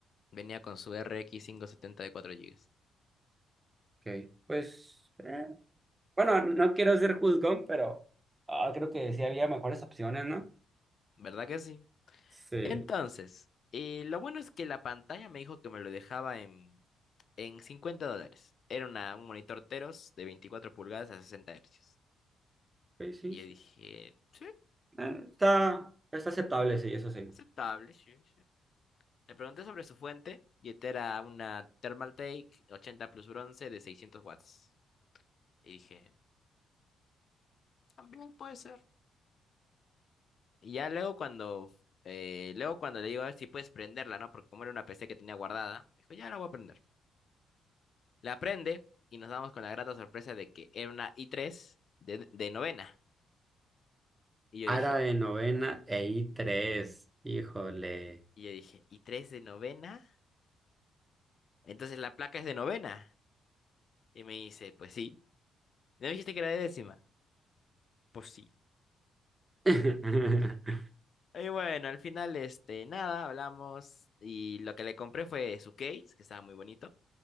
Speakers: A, on the left; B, on the right.
A: Venía con su RX 570 de cuatro gigas,
B: Ok. Pues, eh, bueno, no quiero ser juzgón, pero ah, creo que sí había mejores opciones, ¿no?
A: ¿Verdad que sí?
B: Sí,
A: Entonces, eh, lo bueno es que la pantalla me dijo que me lo dejaba en, en 50 dólares. Era una, un monitor Teros de 24 pulgadas a 60 hercios.
B: ok, sí,
A: Y yo
B: sí.
A: dije, sí,
B: Eh, está, está aceptable, sí, eso sí.
A: aceptable, sí, sí. Le pregunté sobre su fuente y esta era una Thermaltake 80 plus bronce de 600 watts. Y dije, también puede ser. Y ya luego cuando, eh, luego cuando le digo a ver si puedes prenderla, ¿no? Porque como era una PC que tenía guardada, dijo, ya la voy a prender. La prende y nos damos con la grata sorpresa de que era una I3 de, de novena. Y yo
B: Árabe
A: dije,
B: novena e i tres híjole.
A: y yo dije, ¿I3 de novena? Entonces la placa es de novena. Y me dice, pues sí. ¿No me dijiste que era de décima? Pues sí.
B: <laughs>
A: Y bueno, al final, este, nada, hablamos. Y lo que le compré fue su case, que estaba muy bonito.